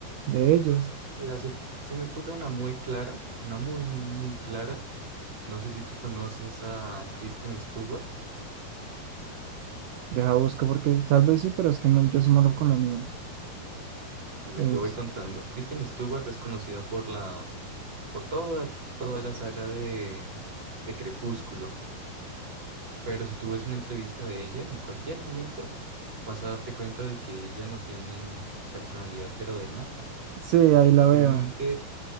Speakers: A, on the right; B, on the right.
A: de ellos.
B: mira, se, se me ocurre una muy clara, una muy, muy, muy clara, no sé si tú conoces a Kristen Stewart.
A: Deja busco porque tal vez sí, pero es que no, yo soy malo con los números.
B: Dale,
A: Es,
B: te voy contando. Kristen Stewart es conocida por la, por toda, toda la saga de, de Crepúsculo. Pero si tú ves una entrevista de ella, en cualquier momento vas a darte cuenta de que ella no tiene personalidad, pero de nada.
A: sí, ahí la veo.
B: Genuinamente,